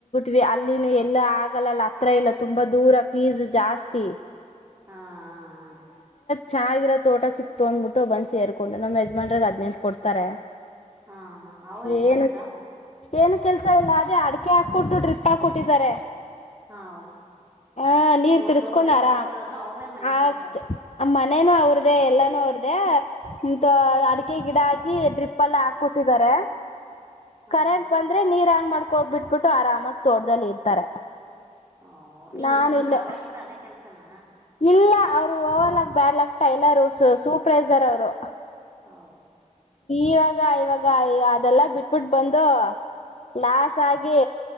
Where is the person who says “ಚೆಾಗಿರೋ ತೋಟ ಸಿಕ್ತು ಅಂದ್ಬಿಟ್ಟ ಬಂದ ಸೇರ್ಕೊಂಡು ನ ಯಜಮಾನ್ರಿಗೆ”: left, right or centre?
Left